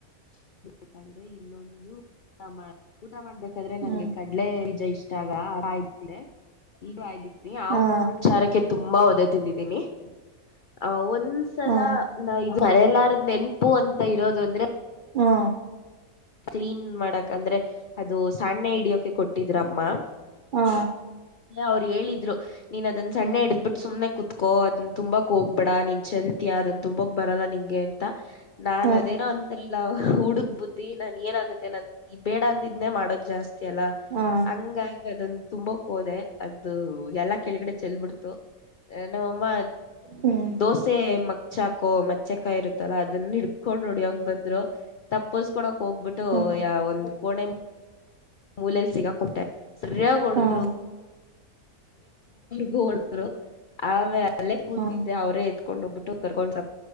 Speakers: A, on the left; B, on the right.
A: ಬೇಕಂದ್ರೆ ಇನ್ನೊಂದು <unintelligible> ಊಟ ಮಾಡ್ಬೇಕಾದ್ರೆ ನಂಗೆ
B: ಹ್ಮ್
A: ಕಡಲೆಜ ಇಷ್ಟ. <unintelligible> ಯಾವ್
B: ಹಾ
A: ಮೂರು ವಿಚಾರಕ್ಕೆ, ತುಂಬಾ ಒದೇ ತಿಂದಿದ್ದೀನಿ. ಒ ಒಂದ್ಸಲ
B: ಹಾ
A: ನಾ ಮರೆಯಲಾ ನೆಂಪು ಅಂತ ಇರೋದು, ಅಂದ್ರೆ
B: ಹ್ಮ.
A: ಕ್ಲೀನ್ ಮಾಡಕ್ ಅಂದ್ರೆ ಅದು ಸಣ್ಣೆ ಹಿಡಿಯಕೆ ಕೊಟ್ಟಿದ್ರಮ್ಮ.
B: ಹಾ.
A: ಅವ್ರು ಹೇಳಿದ್ರು. ನೀನ್ ಅದನ್ನ ಸಣ್ಣ
B: ಹ್ಮ್
A: ಹಿಡ್ದಬಿಟ್ಟು ಸುಮ್ನೆ ಕುತ್ಕೋ ಅದನ್ನ ತುಂಬಾಕ್ ಹೋಗ್ಬೇಡ ನೀನ್ ಚೆಲ್ತಿಯಾ, ಅದನ್ ತುಂಬಾಕ್ ಬರಲ್ಲ. ನಿನ್ಗೆ ಅಂತ, ನಾನ್
B: ಹಾ
A: ಅದೇನೋ ಅಂತರೆ. <unintelligible> ದಿ ನಾನ್ ಏನ ಆಗುತ್ತೆ ನಾನ ಈ ಬೇಡ ಅಂದಿದ್ನನೆ, ಮಾಡೋದು ಜಾಸ್ತಿ. ಲ್ಲ
B: ಹಾ
A: ಹಂಗಾಗಿ ಅದೊಂದು ತುಂಬಕ್ ಹೋದೆ ಅದದು ಎಲ್ಲಾ ಕೆಳಗಡೆ ಚೆಲ್ ಬಿಿಡ್ತು ನಮ್ಮಮ್ಮ
B: ಹ್ಮ್
A: ದೋಸೆ ಮಗ್ ಚಾಕು ಮಚ್ಚೆಕಾಯಿ ಇರುತ್ತಲ್ಲಾ ಅದನ್ನ ಹಡ್ ಹಿಡ್ಕೊಂಡು ಹೊಡಿಯಕ್ಕೆ ಬಂದ್ರು. ತಪ್ಪೋಸ್- ಕ್ಕೊಲೊ ಹೋಗ್ಬಿಟ್ಟು.
B: ಹಾ
A: ಯ ಒಂದು ಕೊಣ ಮೂಲಲ್ಲಿ ಸಿಗ ಕೊಟ್ಟೆ ಸರಿಯಾಗಿ ಹೊಡುದ್ರು
B: ಹಾ ಹಾ
A: ಗ ಒ ಆೇ ಅಲ್ಲೇ ಕೂತಿದ್ದೆ
B: ಹಾ
A: ಅವರೇ ಕೊಂಡೋಗಬಟ್ಟು ಕರ್ೊಂಡು